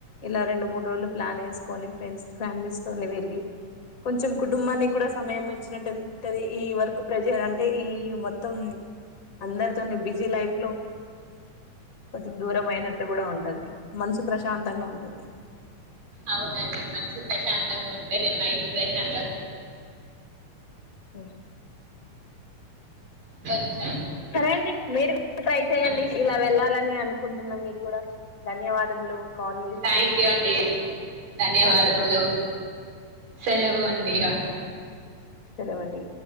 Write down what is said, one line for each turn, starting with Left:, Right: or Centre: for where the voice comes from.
Left: ఇలా రెండు మూడు రోజులు ప్లాన్ ఏసుకొని కొని ఫ్రెండ్స్ ఫ్యామిలీస్ తోని వెళ్ళి కొంచెం కుటుంబానికి కూడా సమయం ఇచ్చినట్టు ఉంటది ఈ వర్కు ప్రెజర్ అంటే ఈ మొత్తం అందరితోను బిజీ లైఫ్ లో కొంచెం దూరం అయినట్టు కూడా ఉంటది మనసు ప్రశాంతంగా ఉంటది
Right: అవునండి మనసు ప్రశాంతంగా ఉంటేనే మైండ్ ప్రశాంతంగా ఉంటది
Left: ఉ
Right: బ <unintelligible>
Left: సరే అండి మీరు కూడా ట్రై చెయ్యండి
Right: అనిపిస్తుంది
Left: ఇలా వెళ్ళాలని అనుకుంటున్నాం కూడా ధన్యవాదములు కాల్ చేసినందుకు
Right: థ్యాంక్ యూ అండి ధన్యవాదములు
Left: థ్యాంక్ యూ సో మచ్
Right: సెలవు అండి ఇక
Left: సెలవండి